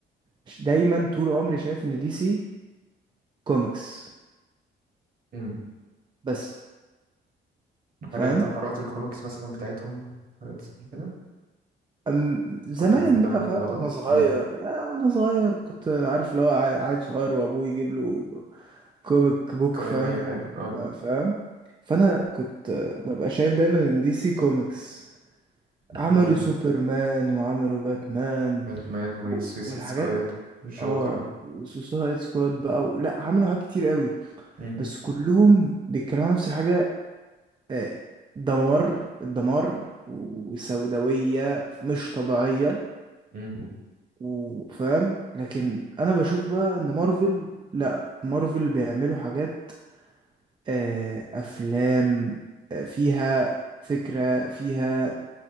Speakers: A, on the right; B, on the right.
A: ش- دايما طول عمري شايف ان دي سي كوميكس
B: مم.
A: بس فاهم
B: هل انت قرات الكوميكس مثلا بتاعتهم حاجات زي كده
A: أم زمان
B: كنت مهتم
A: بقى فاهم
B: بالموضوع
A: وانا صغير
B: مم.
A: يعني وانا صغير كنت عارف اللي هو عا- عيل صغير وابوه يجيب له كوميك بوك
B: كوميك
A: فاهم
B: اي
A: يقعد-
B: حاجه
A: فاهم فانا كنت ببقى شايف دايما ان دي سي كوميكس عملوا
B: اه
A: سوبرمان وعملوا باتمان
B: باتمان وسويسيد
A: و- والحاجات
B: سكواد جوكر
A: اه وسوسايد سكواد بقى و... لا عملوا حاجات كتير قوي
B: مم.
A: بس كلهم بيتكلموا عن نفس الحاجة آه، دمار الدمار وسوداوية مش طبيعية
B: مم.
A: وفاهم لكن أنا بشوف بقى إن مارفل لأ مارفل بيعملوا حاجات آه، أفلام آه، فيها فكرة فيها